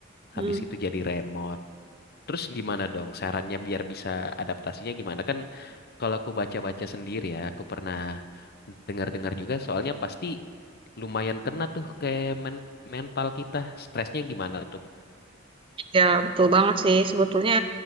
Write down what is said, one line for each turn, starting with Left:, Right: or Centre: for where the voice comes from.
Right: Hmm.
Left: Habis itu jadi remote. Terus gimana dong sarannya biar bisa adaptasinya gimana? Kan kalau aku baca-baca sendiri ya, aku pernah dengar-dengar juga soalnya pasti lumayan kena tuh ke men- mental kita, stresnya gimana tuh.
Right: Ya, betul banget sih. Sebetulnya